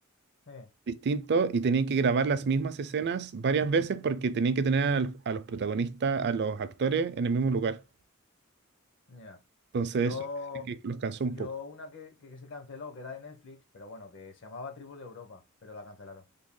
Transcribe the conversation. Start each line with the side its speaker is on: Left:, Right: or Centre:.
Left: Mm, eh,
Right: distintos y tenían que grabar las mismas escenas varias veces porque tenían que tener al- a los protagonistas, a los actores en el mismo lugar.
Left: ya.
Right: Entonces,
Left: Yo,
Right: eso dice que los cansó
Left: yo
Right: un poco.
Left: una que, que- que se canceló, que era de Netflix, pero bueno, que se llamaba Tribus de Europa, pero la cancelaron.